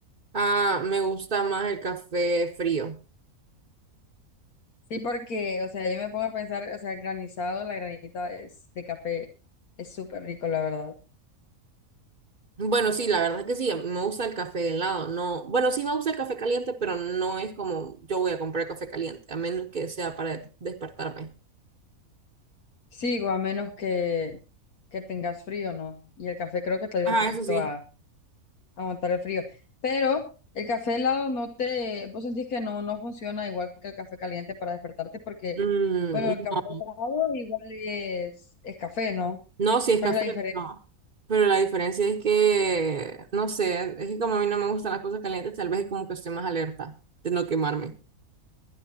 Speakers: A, on the right; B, on the left.
A: Ah, me gusta más el café frío.
B: Sí, porque, o sea, yo me pongo a pensar, o sea, granizado, la granita es, de café es súper rico, la verdad.
A: Bueno, sí, la verdad es que sí, me gusta el café helado. No, bueno, sí me gusta el café caliente, pero no es como yo voy a comprar café caliente, a menos que sea para de- despertarme.
B: Sí, o a menos que, que tengas frío, ¿no? Y el café creo que te ayuda
A: Ah,
B: un poquito
A: eso sí.
B: a aguantar el frío. Pero el café helado no te, vos sentís que no, no funciona igual que el café caliente para despertarte porque,
A: Mm,
B: bueno, el café
A: no,
B: helado igual es, es café, ¿no?
A: no, sí es
B: ¿Cuál
A: café,
B: es la diferencia?
A: pero, pero la diferencia es que, no sé, es que como a mí no me gustan las cosas calientes, tal vez es como que estoy más alerta de no quemarme.